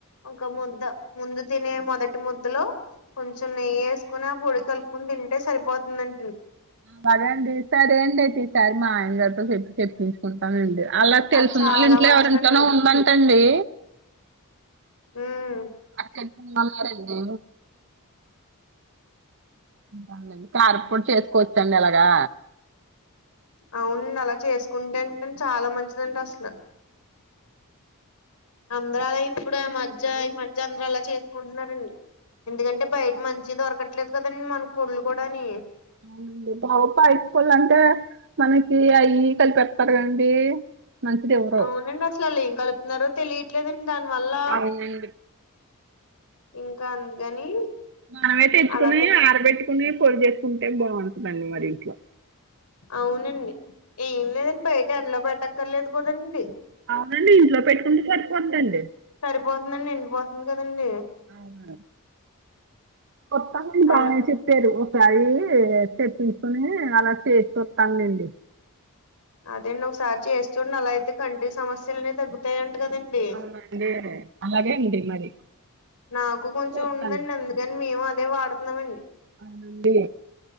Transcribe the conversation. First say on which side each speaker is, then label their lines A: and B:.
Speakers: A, on the left; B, on the right.
A: ఒక ముద్ద ముందు తినే మొదటి ముద్దలో కొంచెం నెయ్యేస్ కుని ఆ పొడి కలుపుకుని తింటే సరిపోతుందం
B: బాగా అండి తీస్తారు ఏంటియి సరేఅండీ మా ఆయన గారితో చెప్ప చెప్పి కుంటానండి అలా తెలిసిన
A: అది చాలా
B: వాళ్ళ ఇంట్లో
A: మంచిదంట
B: ఎవరింట్లోనే ఉందంటండి
A: హ్మ్
B: అది తెప్పించమన్నారండి అండి కార్పడి చేసుకోవచ్చండి అలాగా
A: అవును అలా చేసుకుంటే అంటేే చాలా మంచిది అంట అసలు అందర్ అలా ఇప్పుడు మధ్య ఈ మధ్య అందర్ అలా చేసుకుంటున్నారండి ఎందుకంటే బయట మంచి దొరకట్లేదు కదండి మన పొల్లు కూడాని
B: అవునండి బావప్ప హై స్కూల్ అంటే మనకి అయి కలిపెడతారు కదండి మంచిది ఇవ్వరు
A: అవునండి అసల్ అళ్ళు ఏం కలుపుతున్నారో తెలియట్లేదన్ దానివల్ల
B: అవునండి
A: ఇంకా అందుకని
B: మనమైతే తెచ్చుకునే
A: అలా తిప్-
B: ఆరబెట్టుకునేవి పొడి చేసుకుంటే బాగుంటుందండి మరి ఇంట్లో
A: అవునండి ఏం లేదండి బయట అందులో పెట్టక్కర్లేదు కదండి
B: అవునండి ఇంట్లో పెట్టుకుంటే సరిపోదండి
A: సరిపోతుందం ఎండిపోతుంది కదండి
B: అవునా కొత్తా ఆమె మేనేజ
A: అలా
B: రు ఒకసారి తెప్పించుకుని అలా చేసి వత్తాంలేండి
A: అదేండి ఒకసారి చేస్తుండి అలా అయితే కంటి సమస్యలునే తగ్గుతాయంట కదండి
B: అవునండి అలాగే అండి మరి
A: నాకు కొంచెం
B: చూస్తాను
A: ఉందండి అందు కాని మేము అదే వాడుతున్నాంమండి
B: ఆండి